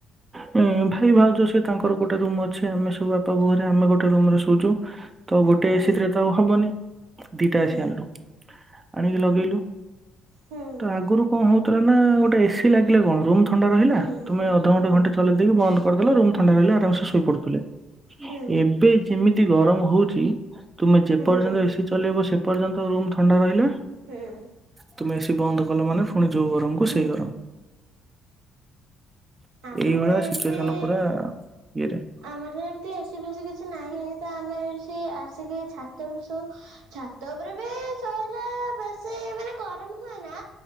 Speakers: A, on the right; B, on the right.
A: ଭାଇ, ଭାଉଜ, ସେ ତାଙ୍କର ଗୋଟେ ରୁମ ଅଛି। ଆମେ ସବୁ ବାପା, ବୋଉ, ହେରା ଆମେ ସବୁ ଗୋଟେ ରୁମ ରେ ଶୋଉଚୁ। ତ ଗୋଟିଏ
B: ହୁଁ
A: ଏ ସି ତ ରେ ତ ହବନି। ଦୁଇଟା
B: ହୁଁ
A: ଏ ସି ଆଣିଲୁ, ଆଣିଲି ଲଗେଇଲୁ।
B: ହୁଁ ହୁଁ
A: ତ ଆଗରୁ କଣ? ନା ଗୋଟେ ଏସିି ଲାଗିଲେ କଣ ରୁମ୍ ଥଣ୍ଡା ରହିଲା,
B: ହୁଁ
A: ତମେ ଅଧଘଣ୍ଟେ
B: ହୁଁ
A: ଘଣ୍ଟେ ଚଲେଇ ଦେଇକି ବନ୍ଦ କରିଦେଲ ରୁମ୍ ଥଣ୍ଡା ରହିଲେ, ଆରାମସ ଶୋଇ ପଡୁଥିଲେ,
B: ହୁଁ
A: ଏବେ ଯେମିତି ଗରମ ହଉଛି। ତୁମେ ଯେପର୍ଯ୍ୟନ୍ତ
B: ହୁଁ
A: ଏସି ଚଲେଇବ, ସେ ପର୍ଯ୍ୟନ୍ତ ରୁମ୍ ଥ ଥଣ୍ଡା ରହିଲା
B: ହୁଁ।
A: ତୁମେ ଏସି ବନ୍ଦ କଲେ ଫୁଣି। ଯୋଉ ଗରମ କୁ
B: ହୁଁ
A: ସେଇ ଗରମ
B: ଆମର
A: ଏଇଭଳିଆ
B: ତ ଏମିତି
A: ସିଚୁଏସନ ପୁରା ଇଏରେ
B: ଆମର ତ ଏମିତି ଏ ସି ଫେଶି କିଛି ନାଇଁ ତ ଆମେ ଆସି ଆସିକି ଛାତରେ ଉପରେ ସୋଉ ଛାତ ଉପରେ ବି ଶୋଇଲେ ବେଶୀ ମାନେ ଗରମ ହୁଏନା,